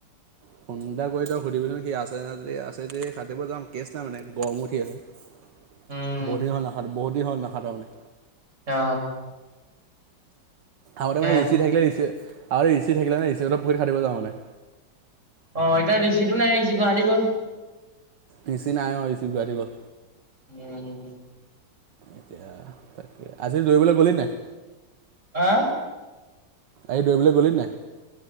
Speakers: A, on the right (about 70°); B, on the right (about 40°).
A: ফোন এটা কৰি তই
B: উম
A: সুধিবিচোন সি আছে নে আছে যে হাতুৰিব যাম কেচ নাই মানে গৰম উঠি আছে। বহুত
B: উম
A: দিন হল নাহাত বহুত দিন হল নাহাতোৱো মানে।
B: অ।
A: আগতে
B: কে
A: মানে ৰিচি থাকেি আগতে ৰিচি থাকিলে হে ৰিচিত পুখুৰিত হাতুৰিব যাওঁ মানে।
B: অ এতিয়া ঋষিটো নাই ৰিচি গুৱাহাটী গল।
A: ৰিচি নাই অ' ৰিচি গুৱাহাটি গ'ল।
B: উম
A: এতিয়া তাকে আজি দৌৰিবলৈ গলি নাই?
B: হা
A: আজি দৌৰিবলে গলি নাই?